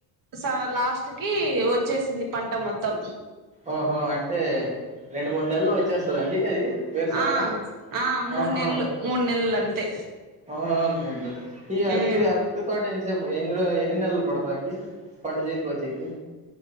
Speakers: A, on the right; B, on the right.
A: సాల్ లాస్ట్ కి వచ్చేసింది. పంట మొత్తం.
B: ఓహో అంటే రెండు మూడు నెలల్లో వచ్చేస్తాదండి అది వేరుశెనగ
A: ఆ ఆ మూడు
B: ఆహా
A: నెలలు మూడు నెలలు అంతే
B: ఆ ఒకే అండి. ఈ ఆర్
A: ఉమ్
B: అరటి తోట ఎంట్ చెప్పు ఎన్ని రోజ్ ఎన్ని నెలలు పడతాండి పంట చేతికి వచ్చేకి